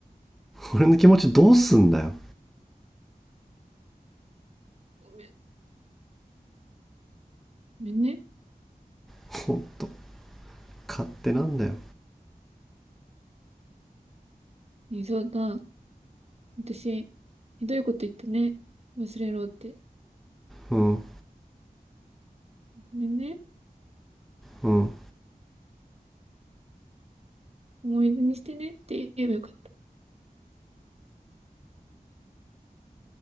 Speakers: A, in the centre; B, on the right.
A: 俺の気持ちどうすんだよ
B: ごめん、ごめんね。
A: ほんと勝手なんだよ
B: ねえ、そうた、私、ひどいこと言ったね。忘れろって。
A: うん
B: これね、
A: うん
B: 思い出にしてねって言えばよかった。